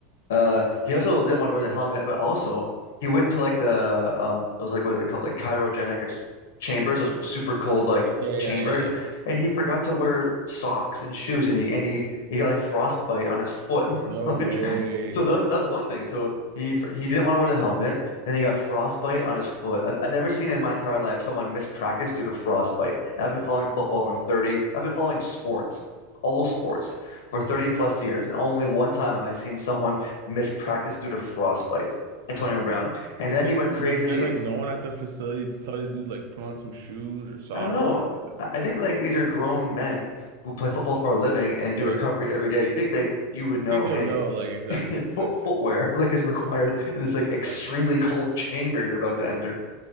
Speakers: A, on the left (about 80°); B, on the right (about 75°).
A: Uh, he also didn't want to wear the helmet, but also he went into like the um those like what is it called like cryogenic ch- chambers, those super cold like
B: Yeah, yeah,
A: chambers,
B: yeah,
A: and he forgot to wear socks and shoes, and he and he, he got like frostbite on his foot,
B: No
A: <laughs> like
B: way.
A: so that was, that was one thing. So he f- he didn't want to wear the helmet, then he got frostbite on his foot. I, I've never seen in my entire life someone mispractice due to frostbite. I've been following football for 30, I've been following sports, all sports for 30 plus years, and only one time have I seen someone missed practice due to frostbite, Antonio Brown. And
B: It's
A: then
B: like,
A: he went crazy.
B: was there like
A: And
B: no one at the facility to tell this dude like put on some shoes or socks
A: I don't know.
B: or anything like that?
A: I- think like these are grown men who play football for a living and
B: Right.
A: do recovery
B: I
A: every day. You think that you would know,
B: think they'll
A: hey,
B: know like exactly,
A: <laughs> foot
B: exactly,
A: footwear like is required in this like
B: exactly.
A: extremely cold chamber you're about to enter.